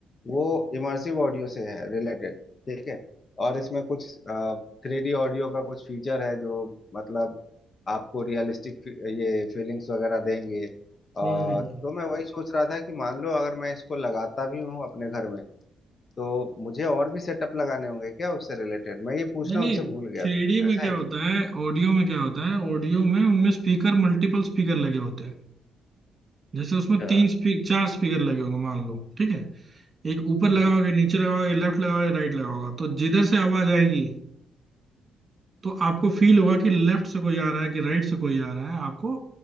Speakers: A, on the left (about 35°); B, on the right (about 30°).
A: वो
B: हम्म
A: इमर्सिव ऑडियो से है रिलेटेड ठीक है और इसमें कुछ थ्री डी ऑडियो का कुछ फीचर है जो मतलब आपको रियलिस्टिक ये फीलिंग्स वगैरह देंगे आ,
B: हम्म, हम्म।
A: तो मैं वही सोच रहा था कि मान लो अगर मैं इसको लगाता भी हूँ अपने घर में तो मुझे और भी सेटअप लगाने होंगे क्या उससे रिलेटेड मैं ये पूछना
B: नहीं नहीं
A: उनसे भूल गया
B: थ्री
A: था
B: डी
A: ऐसा
B: में क्या
A: है
B: होता
A: क्या
B: है ऑडियो में क्या होता है ऑडियो में उनमें स्पीकर मल्टीपल स्पीकर लगे होते हैं जैसे उसमें
A: अच्छा
B: तीन स्पी, चार स्पीकर लगे होंगे मान लो ठीक है एक ऊपर लगाओगे
A: हम्म
B: नीचे लगाओगे लेफ्ट लगाओगे राइट लगाओगे तो जिधर से आवाज आएगी तो आपको फील होगा कि लेफ्ट से कोई आ रहा है कि राइट से कोई आ रहा है आपको